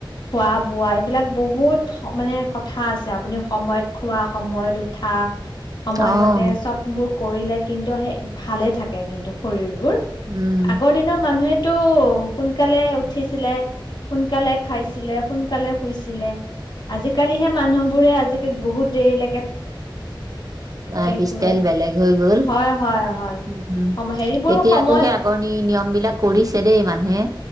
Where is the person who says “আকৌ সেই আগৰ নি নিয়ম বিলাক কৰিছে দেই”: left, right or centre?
Right